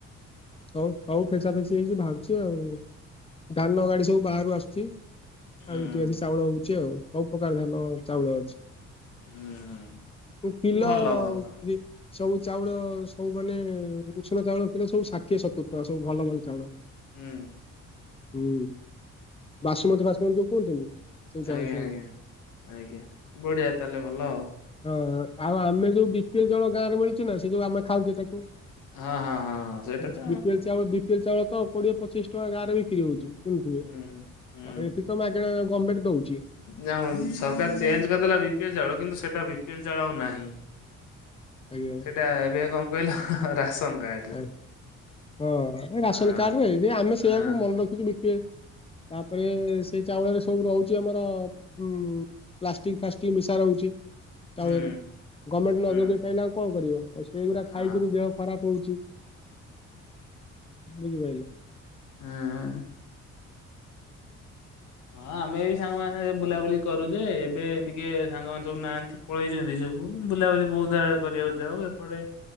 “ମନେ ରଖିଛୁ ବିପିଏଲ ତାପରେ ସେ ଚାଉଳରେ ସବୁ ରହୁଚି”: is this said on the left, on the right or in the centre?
Left